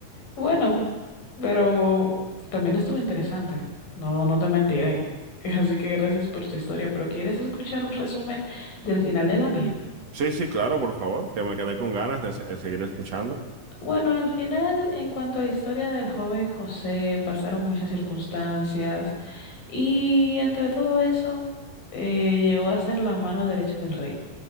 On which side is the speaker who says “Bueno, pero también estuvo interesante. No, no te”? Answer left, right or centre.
Left